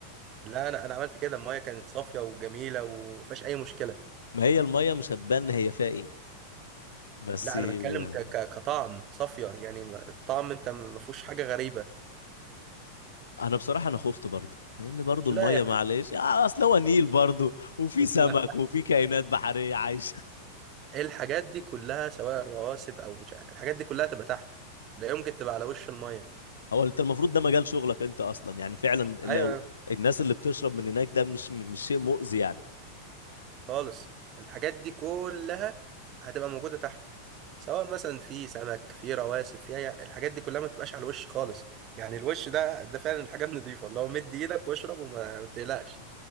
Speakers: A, on the right; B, on the left.
A: لا أنا أنا عملت كده المية كانت صافية وجميلة وما فيهاش أي مشكلة
B: ما هي الميه مش هتبان هي فيها ايه بس
A: لا
B: آه،
A: أنا بتكلم ك ك كطعم صافية يعني الطعم أنت ما فيهوش حاجة غريبة
B: انا بصراحه انا خفت برضو لان برضو
A: لا
B: الميه
A: يعني
B: معلش آه، اصل هو نيل برضو وفي
A: <laughs>
B: سمك وفي كائنات بحريه عايشه
A: الحاجات دي كلها سواء الرواسب او مش عارف الحاجات دي كلها تبقى تحت لا يمكن تبقى على وش الميه
B: هو انت المفروض ده مجال شغلك انت اصلا يعني فعلا لو
A: ايوه
B: الناس اللي بتشرب من هناك ده مش مش شيء مؤذي يعني
A: خالص الحاجات دي كلها هتبقى موجوده تحت سواء مثلا في سمك في رواسب في أي... الحاجات دي كلها ما تبقاش على الوش خالص يعني الوش ده ده فعلا الحاجه النضيفه اللي هو مد ايدك واشرب وما تقلقش